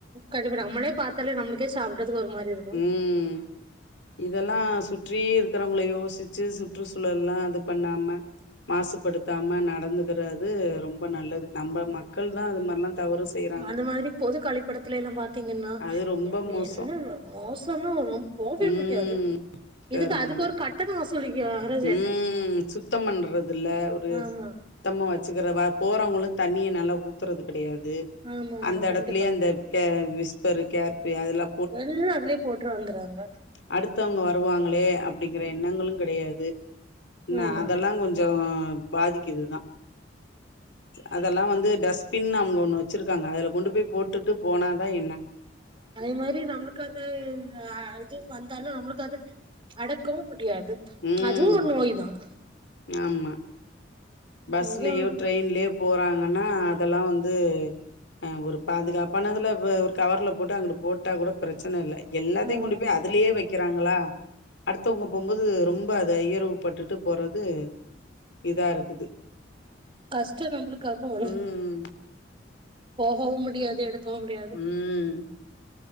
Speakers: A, on the right; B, on the left.
A: கண்டிப்பா நம்மளே பாத்தாலே நம்ளுக்கே சாப்டறதுக்கு ஒரு மாரி இருக்கு
B: ம் இதெலா சுற்றி இருக்கறவங்கள யோசிச்சு சுற்றுச்சூழல்லா இது பண்ணாம மாசுபடுத்தாம நடந்துகர்து ரொம்ப நல்லது நம்ம மக்கள் தா அது மாரிலா தவறு செய்றாங்க.
A: அந்த மாரி பொது கழிப்பட த்துலல்லா பாத்தீங்கனா
B: அது ரொம்ப
A: எங்க
B: மோசோ
A: என்ன மோசமா போவே
B: ம்
A: முடியாது
B: கருமாவு
A: இதுக்கு அதுக்கு ஒரு கட்டணொ வசு சுலிக்கிறாரு
B: ம் சுத்தபண்றதுல ஒரு
A: ஆமா
B: சுத்தமா வச்சுக்கிற வ போறவங்களு தண்ணிய நல்லா ஊத்துறது கெடையாது
A: ஆமா ஆமா
B: அந்த எடத்துலே
A: கண்டிப்பா
B: அந்த கே விஸ்பரு கேர்பி அதெலா
A: எல்லா அதுலே போட்ரு வந்துரு வாங்க
B: அடுத்த வங்க வருவாங்களே அப்டிங்கற இந்த எண்ணங்களு கெடையாது என்னா
A: ஆமா.
B: அதலா கொஞ் கொஞ்சே பாதிக்குது தா அத எல்லா வந்து டஸ்ட்பின் அவுங்க ஒன்னு வச்சிருக்காங்க அதுல கொண்டு போயி போட்டுட்டு போனாதா என்னா
A: அதே மாறி நம்மளுக்கு அந்த இது இது வந்தாலு நம்மளுக்கு அத அடக்கவு முடியாது
B: ம்
A: அதுவும் ஒரு நோய் தான்.
B: ஆமா பஸ்லியோ
A: அதான்
B: ட்ரெயின்லியோ போறாங்கன்னா அத எல்லா வந்து ஆ ஒரு பாதுகாப்பானதுல ஒரு கவர்ல போட்டு அங்கட்டு போட்டா கூட பிரச்சனா இல்ல எல்லாத்தையு
A: ஆமா
B: கொண்டு போயி அதுலேயே வைக் குறாங்களா அடுத்தவங்க போகு போது ரொம்ப அத ஈரவு பட்டுட்டு போறது இதா இருக்குது
A: கஷ்டம் நம்மளுக்காகவு வரும்
B: ம்ம்
A: போகவு முடியாது எடுக்கவு முடியாது
B: ம்.